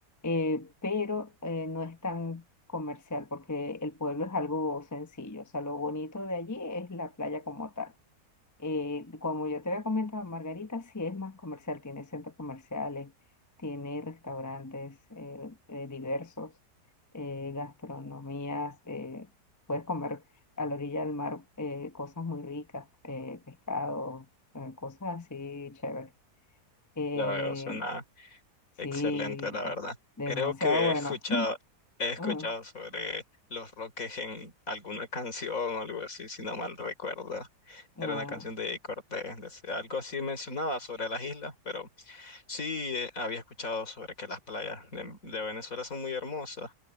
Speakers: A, on the left (about 15°); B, on the left (about 55°).
A: Eh, pero eh, no es tan comercial porque el pueblo es algo sencillo, o sea, lo bonito de allí es la playa como tal. Eh, como yo te había comentado, Margarita sí es más comercial, tiene centros comerciales, tiene restaurantes eh, eh, diversos, eh, gastronomías, eh, puedes comer a la orilla del mar eh, cosas muy ricas, eh, pescado, eh, cosas así chéveres. Eh,
B: Ya veo, suena
A: sí,
B: Excelente, la verdad.
A: demasiado
B: Creo que
A: bueno.
B: he escuchado,
A: <laughs>
B: he escuchado
A: Ajá,
B: sobre los Roques en alguna canción o algo así, si no mal recuerdo.
A: ah,
B: Era una canción de Cortés. de- Algo así mencionaba sobre las islas, pero sí eh, había escuchado sobre que las playas de, de Venezuela son muy hermosas.